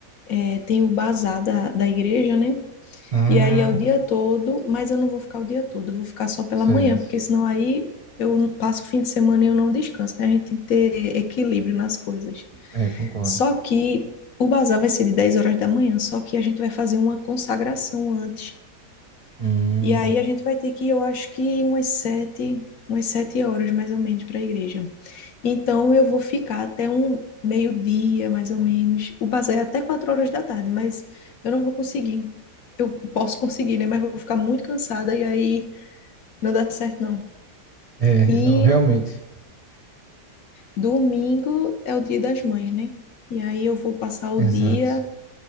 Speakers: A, on the left; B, on the right.
A: é, tem o bazar da, da igreja, né?
B: Ah,
A: E aí é o dia todo, mas eu não vou ficar o dia todo, eu vou ficar só pela
B: certo.
A: manhã, porque senão aí eu passo o fim de semana e eu não descanso, né? A gente tem que ter equilíbrio nas coisas.
B: É, concordo.
A: Só que o bazar vai ser de 10 horas da manhã, só que a gente vai fazer uma consagração antes.
B: Hum.
A: E aí a gente vai ter que ir, eu acho que umas sete, umas sete horas mais ou menos para a igreja. Então eu vou ficar até um meio-dia, mais ou menos. O bazar é até quatro horas da tarde, mas eu não vou conseguir. Eu posso conseguir, né? Mas vou ficar muito cansada e aí não dá certo, não.
B: É,
A: E
B: não, realmente.
A: domingo é o dia das mães, né? E aí eu vou passar o
B: Exato.
A: dia